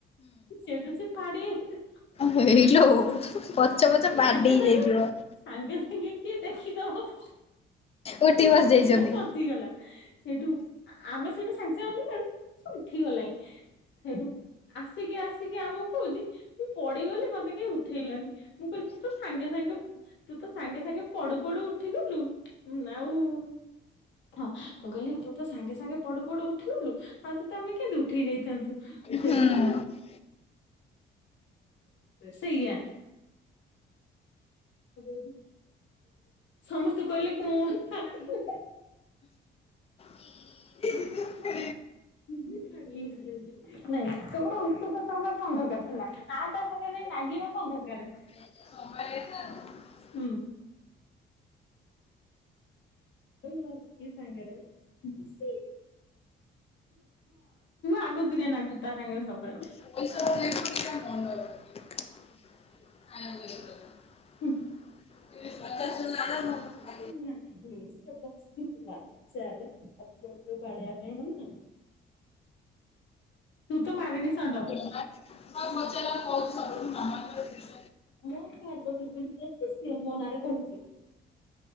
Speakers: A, on the left (about 65°); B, on the left (about 30°).
A: ସେଇଠୁ ଫାଡ଼ି ହେଇଗ
B: ହେଇଲୋ-ଓ ପଛ ପଛ
A: ସାଙ୍ଗେ
B: ବାଡେଇ
A: ସାଙ୍ଗେ
B: ହେଇଯାଇଥିବ।
A: ସାଙ୍ଗେ ସାଙ୍ଗେ କିଏ ଦେଖିଦବ ବୋଲି
B: ଉଠି
A: ଉଠିକିନା
B: ବସି ଯାଇଛନ୍ତି।
A: ବସିଗଲା। ସେଇଠୁ ଆମେ ସେଇଠୁ ସାଙ୍ଗେ ସାଙ୍ଗେ ଅନେଇଲାଳୁ ସେ ଉଠି ଗଲାଇଁ, ସେଇଠୁ ଆସିକି ଆସିକି ଆମକୁ କହୁଛି ମୁଁ ପଡିଗଲି ମତେ କେହି ଉଠେଇଲନି। ମୁଁ କହିଲି ତୁତ ସାଙ୍ଗେ ସାଙ୍ଗେ ତୁ ତ ସାଙ୍ଗେ ସାଙ୍ଗେ ପଡୁ ପଡୁ ଉଠିଗଲୁ ଆଉ-ଉଁ ହଁ, ମୁଁ କହିଲି ତୁ ତ ସାଙ୍ଗେ ସାଙ୍ଗେ ପଡୁ ପଡୁ ଉଠିଗଲୁ। ଆଉ ତୋତେ ଆମେ କେଁତି ଉଠେଇ ଯାଇଥାନ୍ତୁ? ସେଇଠୁ
B: ହୁଁ
A: ସେୟା। ସେ <unintelligible> ସମସ୍ତେ କହିଲେ କୋଣ <unintelligible>
B: <inaudible>
A: <inaudible> ନାଇଁ, ସେ ଗୋଟେ ଉତୁପାତ ହବା କଣ ଦରକାର ଥିଲା। ଆ ତା ସାଙ୍ଗେ ଯାଇଁ ଲାଗିବା କଣ ଦରକାର?
B: <inaudible>
A: ହୁଁ। ଓ! କିିଏ ସାଙ୍ଗରେ ହଁ, ତୁ ଆଗତୁରିଆ ନାଗୁ ତା ସାଙ୍ଗରେ ସବୁବେଳେ।
B: <inaudible> <inaudible>
A: ହୁଁ
B: <inaudible>
A: ଏ ନାହିଁ ସେ ବସିଥିଲା, ଚେୟାର୍ ରେ <unintelligible> ବାଡେୟା ପାଇଁ ନା ତୁ ତ ମାରିଣି ସଣ୍ଡ।
B: <unintelligible>
A: ମୋ ଫୋନ୍ ରେ <inaudible> ସିଏ ମୋ ନାଁରେ କହୁଚି।